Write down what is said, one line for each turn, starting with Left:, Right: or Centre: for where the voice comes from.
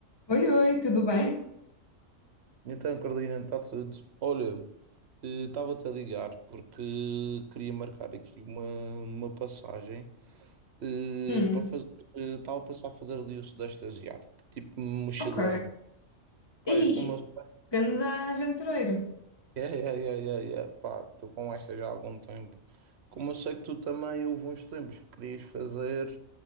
Left: Oi, oi, tudo bem?
Right: Então, Carolina, está tudo. Olha, eh, estava-te a ligar porque queria marcar aqui uma, uma passagem eh,
Left: Hum,
Right: para fazer. eh, Estava a pensar fazer ali o Sudeste Asiático, tipo mochilão.
Left: ok.
Right: Pá,
Left: Ih,
Right: eu como eu sei.
Left: grande aventureiro.
Right: é é é é é Pá, estou com esta já há algum tempo. Como eu sei que tu também houve uns tempos que querias fazer,